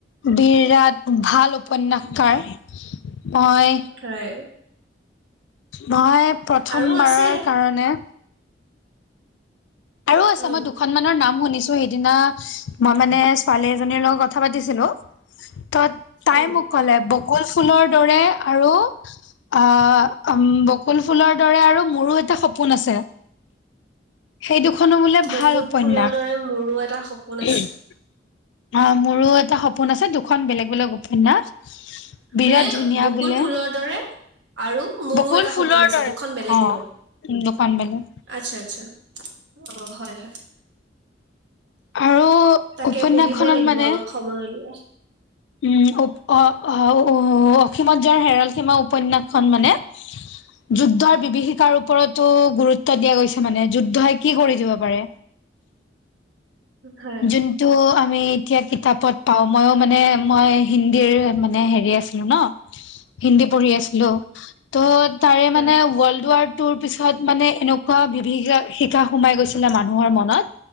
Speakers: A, on the left (about 80°); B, on the right (about 80°).
A: বিৰাট ভাল উপন্যাসকাৰ। মই
B: হয়
A: মই প্ৰথমবাৰৰ
B: আৰু আছে
A: কাৰণে আৰু আছে
B: উম,
A: মই দুখনমানৰ নাম শুনিছো সেইদিনা মই মানে ছোৱালী এজনীৰ লগত কথা পাতিছিলো ত তাই
B: উম।
A: মোক কলে বকুল ফুলৰ দৰে আৰু আহ বকুল ফুলৰ দৰে আৰু মোৰো এটা সপোন আছে সেই দুখনো বোলে
B: বকুল
A: ভাল উপন্যাস
B: ফুলৰ দৰে মোৰো এটা সপোন আছে।
A: অ', মোৰো এটা সপোন আছে দুখন বেলেগ- বেলেগ উপন্যাস। বিৰাট
B: মানে
A: ধুনীয়া
B: বকুল
A: বোলে
B: ফুলৰ দৰে আৰু মোৰো
A: বকুল
B: এটা
A: ফুলৰ
B: সপোন আছে
A: দৰে
B: দুখন বেলেগ
A: অ
B: ন
A: দুখন বেলেগ
B: আচ্ছা আচ্ছা অ', হয়-হয়
A: আৰু
B: তাকে
A: উপন্যাসখনত
B: পঢ়িব লাগিব
A: মানে
B: অলপ সময় উলিয়াই।
A: উম অসীমত যাৰ হেৰাল সীমা উপন্যাসখন মানে যুদ্ধৰ বিভীষিকাৰ ওপৰতো গুৰুত্ব দিয়া গৈছে মানে যুদ্ধই কি কৰি দিব পাৰে
B: হয়,
A: যোনটো আমি এতিয়া কিতাপত পাওঁ ময়ো মানে মই হিন্দীৰ মানে হেৰি আছিলো ন হিন্দী পঢ়ি আছিলো ত' তাৰে
B: হয়।
A: মানে ৱৰ্ল্ড ৱাৰ তোৰ পিছত মানে এনেকুৱা বিভীষিকা সোমাই গৈছিলে মানুহৰ মনত